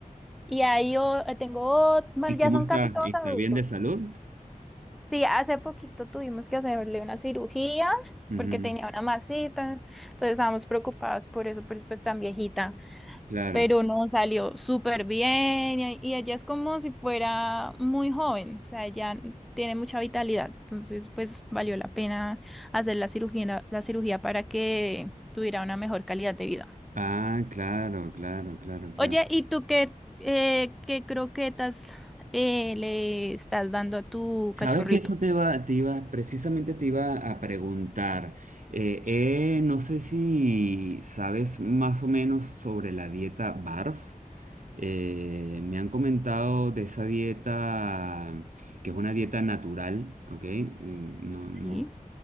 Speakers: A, in the centre; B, on the right (about 65°).
A: y ahí o- eh, tengo, ot- bueno,
B: ¿Y
A: ya
B: cómo
A: son
B: está?
A: casi todos
B: ¿Está
A: adultos.
B: bien de salud?
A: Sí, hace poquito tuvimos que hacerle una cirugía
B: Ujú,
A: porque tenía una masita, entonces estábamos preocupadas por eso, por eso es tan viejita.
B: Claro.
A: pero no salió súper bien y, y ella es como si fuera muy joven, o sea, ella tiene mucha vitalidad, entonces pues valió la pena hacer la cirugía, la cirugía para que tuviera una mejor calidad de vida.
B: Ah, claro, claro, claro, claro.
A: Oye, ¿y tú qué, eh, qué croquetas eh, le estás dando a tu
B: Sabes
A: cachorrito?
B: que eso te iba, te iba, precisamente te iba a preguntar. Eh, eh, no sé si sabes más o menos sobre la dieta BARF. Eh, me han comentado de esa dieta que es una dieta natural, ¿ok? Mm, No, no,
A: Sí,